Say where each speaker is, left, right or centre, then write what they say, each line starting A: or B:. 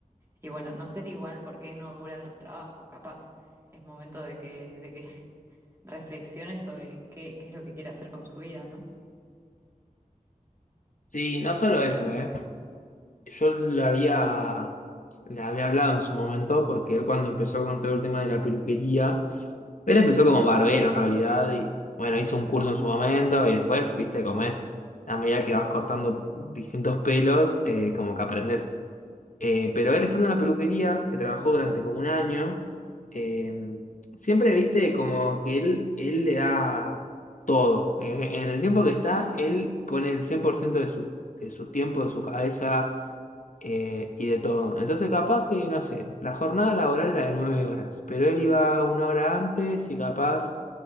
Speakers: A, on the right; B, on the left.
A: y bueno, no sé igual por qué no duran los trabajos, capaz es momento de que, de que <laughs> reflexione sobre qué, qué es lo que quiere hacer con su vida, ¿no?
B: Sí, no solo eso, ¿eh? Yo le había, le había hablado en su momento porque él cuando empezó con todo el tema de la peluquería, él empezó como barbero en realidad y bueno, hizo un curso en su momento y después, viste, como es, a medida que vas cortando distintos pelos, eh, como que aprendes. Eh, pero él estando en la peluquería, que trabajó durante como un año, eh, siempre, viste, como que él, él le da todo. En, en el tiempo que está, él pone el 100% de su, de su tiempo, de su cabeza eh, y de todo. Entonces, capaz que, no sé, la jornada laboral era de nueve horas, pero él iba una hora antes y capaz